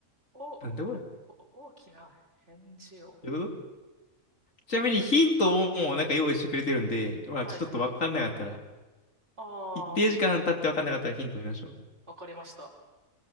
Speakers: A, on the right; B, on the left.
A: お、お
B: なんでこれど
A: 大きな返事を。
B: ういうことちなみにヒントをもうなんか用意してくれてるんで、まあちょっとわかんなかったら、
A: はい。ああ、
B: 一定時間経ってわかんなかったらヒント見ましょう。
A: わかりました。